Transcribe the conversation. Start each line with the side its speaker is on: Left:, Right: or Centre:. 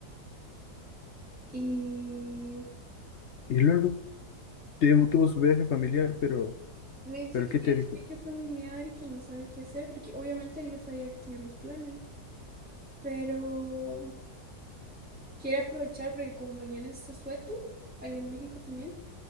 Centre: Y
Left: Y luego tuvo, tuvo su viaje familiar, pero,
Centre: me dice
Left: pero
Centre: que
Left: ¿qué
Centre: tiene
Left: te dijo?
Centre: un viaje familiar y que no sabe qué hacer, porque obviamente él ya sabía que teníamos planes. Pero quiere aprovechar porque como mañana es Asueto, allá en México también,